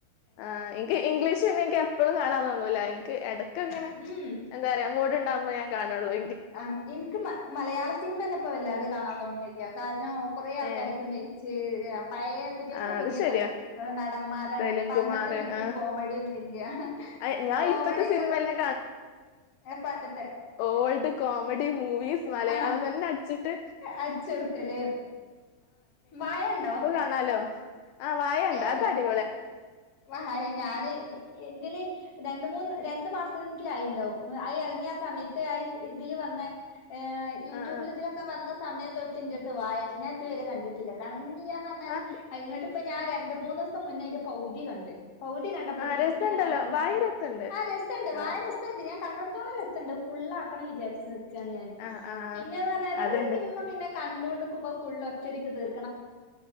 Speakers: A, on the left; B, on the left.
A: ആ.. എനിക്ക് ഇംഗ്ലീഷ് സിനിമ എനിക്ക് എപ്പോഴും കാണാറൊന്നുമില്ല എനിക്ക് ഇടക്കിങ്ങനെ
B: ഉം
A: എന്താ പറയാ അങ്ങോട്ടുണ്ടാകുമ്പോ ഞാൻ കാണാറുള്ളൂ
B: ആ നിനക്ക് മ മലയാള സിനിമതന്നെ ഇപ്പൊവല്ലാണ്ട്കാണാൻ തോന്നുന്നില്ല. കാരണം കൊറേ ആൾക്കാരൊക്കെ
A: ഏഹ്
B: മരിച്ച്, അ.. പഴയപുതിയൊക്കെ,
A: ആഹ്
B: പുതിയ
A: അത് ശെരിയാ
B: നടന്മാരാണ്
A: സലീം
B: പണ്ടത്തെ
A: കുമാറ്
B: വിറ്റും
A: ആഹ്
B: കോമഡിയൊന്നും ഇല്ല
A: അയ് ഞാൻ
B: കോമഡിയൊക്കെയുള്ളൂ
A: ഇപ്പത്തെ സിനിമന്നെ
B: ഏ.. പണ്ടത്തെ
A: ഓൾഡ്കോമഡിമൂവീസ് മലയാളം
B: ആഹ്
A: എന്നടിച്ചിട്ട്.
B: അടിച്ചു കൊടുക്കല് വാഴ ഉണ്ടോ
A: ഹലോ ആ.. വാഴ കണ്ടുഅതടി
B: ഉണ്ടോ വാഴ ഞാന് എന്തിന്‌ രണ്ടുമൂന്ന്, രണ്ടു മാസമെങ്കിലും ആയിട്ടുണ്ടാവും. വാഴ ഇറങ്ങിയ ആസമയത്ത് ആ.. ഇതിൽ വന്ന ഏ.. യൂട്യൂബിൽ
A: ആഹ് ആഹ്
B: ഇതിനൊക്കെ നല്ല സമയംതൊട്ടു ഇതിനകത്തു വാഴയുണ്ട്. ഞാനിതുവരെ കണ്ടിട്ടില്ല കാരണം ഇന്നുഞാൻ പറഞ്ഞാല്
A: ആഹ്
B: അതിനോടിപ്പം ഞാൻ രണ്ട് മൂന്ന് ദിവസം മുന്നേ അയിന്റെ പകുതി ഇതി കണ്ട് പൗതി കണ്ടപ്പത്തിന്
A: ആഹ്
B: എനിക്ക്
A: രസണ്ടല്ലോ
B: പിന്നെ വേറെ
A: വാഴ
B: പണി
A: രസണ്ട്
B: ആ രസണ്ട് വാഴ
A: ആഹ്
B: രസണ്ട് കണ്ടിടത്തോളം രസണ്ട് ഫുള്ളാക്കണംവിചാരിച്ചു ക്കാണ് ഞാൻ
A: ആഹ് ആഹ്
B: പിന്നെന്ന് പറഞ്ഞാല്
A: അതുണ്ട്
B: ഒരു സിനിമ പിന്നെ കണ്ടുകൊണ്ടുക്കുമ്പോൾഫുള്ള് ഒറ്റടിക്ക് തീർ